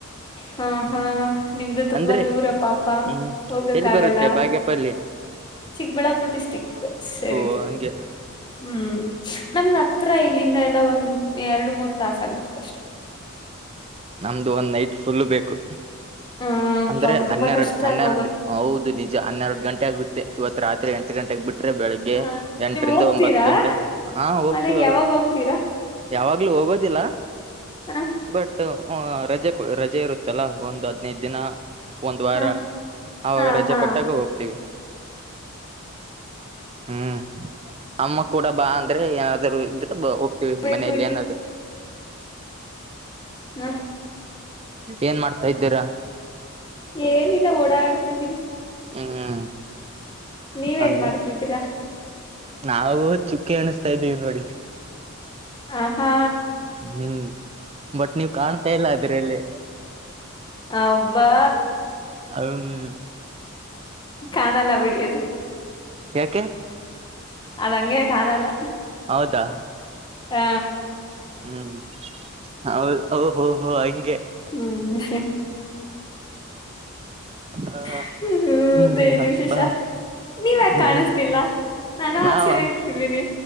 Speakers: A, on the left (about 20°); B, on the right (about 25°).
A: ಹಾ ಹಾ ನಿಮ್ದು ತುಂಬಾ
B: ಅಂದ್ರೆ
A: ದೂರ ಪಾಪ
B: ಹ್ಮ್
A: ಹೋಗಕ್
B: ಎಲ್ಲಿ
A: ಆಾಗಲ್ಲ
B: ಬರುತ್ತೆ ಬಾಗ್ಯಪಲ್ಲಿ
A: ಚಿಕ್ಕಬಳ್ಳಾಪುರ ಡಿಸ್ಟ್ರಿಕ್ ಸರಿಿದು
B: ಓ ಹಂಗೆ
A: ಹ್ಮ್ ನಮಗ ಹತ್ರ ಇಲ್ಲಿಂದ ಎಲ್ಲ ಒಂದ್ ಎರಡು ಮೂರ್ ತಾಸ ಆಗ್ಬಿಡ್ತಷ್ಟೆ
B: ನಮ್ದು ಒಂದ್ ನೈಟ್ ಫುಲ್ಲ ಬೇಕು
A: ಹ್ಮ
B: ಅಂದ್ರೆ
A: ಪಾಪ
B: ಹನ್ನೆರಡು
A: ತುಂಬಾ ಕಷ್ಟ
B: ಹನ್ನೆರಡು
A: ಅಲ್ ಹೋಗಕ್ಕೆ
B: ಹೌದು ನಿಜ ಹನ್ನೆರಡು ಗಂಟೆ ಆಗುತ್ತೆ ಇವತ್ತು ರಾತ್ರಿ ಎಂಟು ಗಂಟೆಗೆ ಬಿಟ್ಟು ೆ ಬೆಳಿಗ್ಗೆ
A: ಹ
B: ಎಂಟರಿಂದ
A: ನೀವ್ ಹೋಗ್ತೀರಾ
B: ಒಂಬತ್ತು ಗಂಟೆ ಹಾ ಹೋಗ್ತೀವಲ್ಲ
A: ಮನೆಗ್ ಯಾವಾಗ ಹೋಗ್ತೀರಾ
B: ಯಾವಾಗ್ಲೂ ಹೋಗೋದು ಬಟ್
A: ಹ
B: ರಜೆ ರಜೆ ಇರುತ್ತಲ್ಲ ಒಂದು ಹದ್ಿನೈದು ದಿನ ಒಂದ್ ವಾರ
A: ಹ
B: ಅವಾಗ
A: ಹಾ
B: ರಜೆ
A: ಹಾ
B: ಕೊಟ್ಟಾಗ ಹೋಗ್ತೀವಿ ಹ್ಮ್ ಅಮ್ಮ ಕೂಡ ಬಾ ಅಂದ್ರೆ ಏನ ಇದ್ರ ಹೋಗ್ತವಿ
A: ಬೇಕು
B: ಮನೆಯಲ್ಲಿ
A: ಇದ
B: ಏನಾದ
A: ಹ
B: ಏನ್ ಮಾಡ್ತಾ ಇದ್ದೀರಾ
A: ಏನಿಲ್ಲ ಓಡಾಡ್ತಿದ್ದೀನಿ
B: ಹ್ಮ್
A: ನೀವೇನ್
B: ಹಾಗ
A: ಮಾಡ್ತಿದ್ದೀರಾ
B: ನಾವವುೂ ಚುಕ್ಕೆ ಅಣಿಸ್ತಾ ಇದ್ದೀವಿ ನೋಡಿ
A: ಆ ಹಾ
B: ಹ್ಮ್ ಬಟ್ ನೀವ್ ಕಾಣ್ತಾ ಇಲ್ಲ ಅದ್ರಲ್ಲಿ
A: ಅವಬಾ
B: ಹ್ಮ್
A: ಕಾಣಲ್ಲ ಬಿಡಿ ಅದು
B: ಯಾಕೆ
A: ಅದಂಗೆ ಕಾಣಲ್ಲ
B: ಹೌದಾ
A: ಹಾ
B: ಹ್ಮ್ ಹದ ಹೋ ಹೋ ಹಂಗೆ
A: ಹ್ಮ್
B: ಹ
A: ಹ್ಮ
B: ಹ್ಮ್
A: ಮತ್ತೆ ಏನ್
B: ಹಬ್ಮ
A: ವಿಶೇಷ ನೀವ್ ಯಾಕ್
B: ಹ್ಮ್
A: ಕಾಣಿಸ್ತಿಲ್ಲ ನಾನು
B: ನಾವ
A: ಆಚೆನೆ ಇರ್ತಿದ್ದೀನಿ